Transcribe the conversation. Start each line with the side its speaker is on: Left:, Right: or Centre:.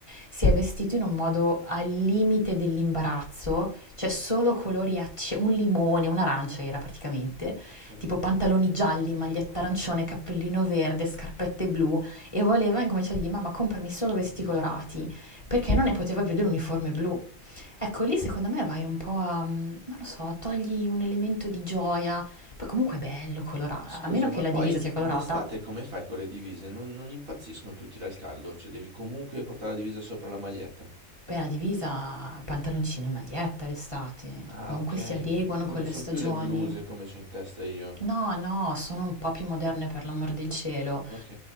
Left: si è vestito in un modo al limite dell'imbarazzo, cioè solo colori acce- un limone, un'arancia era praticamente,
Right: Sì.
Left: tipo pantaloni gialli, maglietta arancione, cappellino verde, scarpette blu e voleva incominciare a dire mamma comprami solo vestiti colorati perché non ne poteva più dell'uniforme blu. Ecco lì secondo me vai un po' a, mm, non lo so, togli un elemento di gioia, poi comunque è bello colorato,
Right: Scusa,
Left: a meno che
Right: ma
Left: la
Right: poi
Left: divisa sia
Right: d'estate
Left: colorata.
Right: come fai con le divise? Non, non impazziscono tutti dal caldo, cioè devi comunque portare la divisa sopra la maglietta.
Left: Beh, la divisa, pantaloncino e maglietta l'estate,
Right: Ah,
Left: comunque
Right: ok,
Left: si adeguano
Right: ok. Quindi
Left: con
Right: non
Left: le
Right: sono
Left: stagioni.
Right: più le bluse come c'ho in testa io.
Left: No, no, sono un po' più moderne per l'amor del cielo.
Right: Ok,